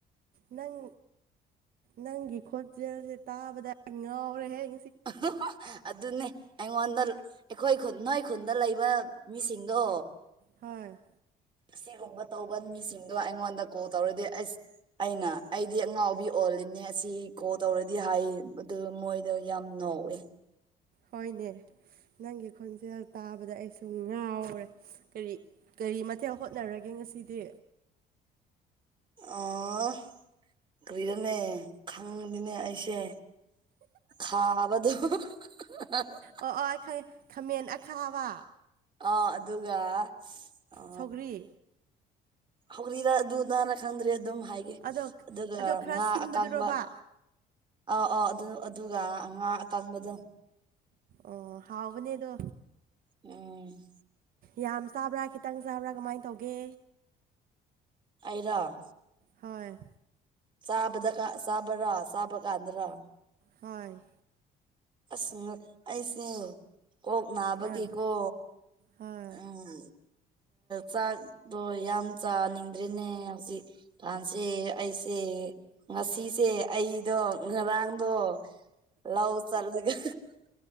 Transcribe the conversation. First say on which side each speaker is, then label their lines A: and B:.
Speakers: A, on the right (about 60°); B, on the right (about 30°).
A: ꯅꯪ ꯅꯪꯒꯤ ꯈꯣꯖꯦꯜꯁꯦ ꯇꯥꯕꯗ ꯉꯥꯎꯔꯦ ꯍꯦꯛ
B: ꯑ ꯑꯗꯨꯅꯦ ꯑꯩꯉꯣꯟꯗ ꯑꯩꯈꯣꯏ ꯈꯨꯟ ꯅꯣꯏ ꯈꯨꯟꯗ ꯂꯩꯕ ꯃꯤꯁꯤꯡꯗꯣ
A: ꯍꯣꯏ
B: ꯑꯁꯤꯒꯨꯝꯕ ꯇꯧꯕ ꯃꯤꯁꯤꯡꯗꯣ ꯑꯩꯉꯣꯟꯗ ꯀꯣꯜ ꯇꯧꯔꯗꯤ ꯑꯁ ꯑꯩꯅ ꯑꯩꯗꯤ ꯑꯉꯥꯎꯕꯤ ꯑꯣꯜꯂꯤꯅꯦ ꯑꯁꯤ ꯀꯣꯜ ꯇꯧꯔꯗꯤ ꯍꯥꯏ ꯑꯗꯨ ꯃꯣꯏꯗ ꯌꯥꯝ ꯅꯣꯛꯋ‌ꯦ
A: ꯍꯣꯏꯅꯦ ꯅꯪꯒꯤ ꯈꯣꯟꯖꯦꯜ ꯇꯥꯕꯗ ꯑꯩꯁꯨ ꯉꯥꯎꯔꯦ ꯀꯔꯤ ꯀꯔꯤ ꯃꯊꯦꯜ ꯍꯣꯠꯅꯔꯒꯦ ꯉꯁꯤꯗꯤ
B: ꯑꯥ ꯀꯔꯤꯔ‌ꯣꯅꯦ ꯈꯪꯗ‌ꯦꯅꯦ ꯑꯩꯁꯦ ꯊꯥꯅꯕꯗꯤ <unintelligible>
A: ꯑꯣ ꯑꯣ ꯑꯩ ꯈꯪꯉ‌ꯦ ꯈꯥꯃꯦꯟ ꯑꯈꯥꯕ
B: ꯑ ꯑꯗꯨꯒ ꯑ
A: ꯁꯧꯒ꯭ꯔꯤ
B: ꯍꯧꯔꯤꯗ ꯑꯗꯨꯅꯔꯥ ꯈꯪꯗ꯭ꯔꯦ ꯑꯗꯨꯝ ꯍꯥꯏ
A: ꯑꯗꯣ
B: ꯑꯗꯨꯒ
A: ꯑꯗꯣ ꯈꯔ
B: ꯉꯥ
A: ꯁꯤꯟꯕꯗꯨꯔꯣꯕ
B: ꯑꯀꯥꯡꯕ ꯑꯧ ꯑꯧ ꯑꯗꯨ ꯑꯗꯨꯒ ꯉꯥ ꯑꯀꯪꯕꯗꯣ
A: ꯑꯣ ꯍꯥꯎꯕꯅꯦꯗꯣ
B: ꯎꯝ
A: ꯌꯥꯝ ꯆꯥꯕ꯭ꯔꯥ ꯈꯤꯇꯪ ꯆꯥꯕ꯭ꯔꯥ ꯀꯃꯥꯏꯅ ꯇꯧꯒꯦ
B: ꯑꯩꯔ‌ꯣ
A: ꯍꯣꯏ
B: ꯆꯥꯕꯗ ꯀ ꯆꯥꯕ ꯔ ꯆꯥꯕ ꯀꯥꯟꯗꯔꯥ
A: ꯍꯣꯏ
B: ꯑꯁ ꯉꯛ ꯑꯩꯁꯦ ꯀꯣꯛ ꯅꯥꯕꯒꯤꯀꯣ
A: ꯑꯥ ꯍꯣꯏ
B: ꯎꯝ ꯆꯥꯛꯗꯣ ꯌꯥꯝ ꯆꯥꯅꯤꯡꯗ꯭ꯔ‌ꯦꯅꯦ ꯍꯧꯖꯤꯛ ꯀꯥꯟꯁꯦ ꯑꯩꯁꯦ ꯉꯁꯤꯁꯦ ꯑꯩꯗꯣ ꯉꯔꯥꯡꯗꯣ ꯂꯧ ꯆꯠꯂꯒ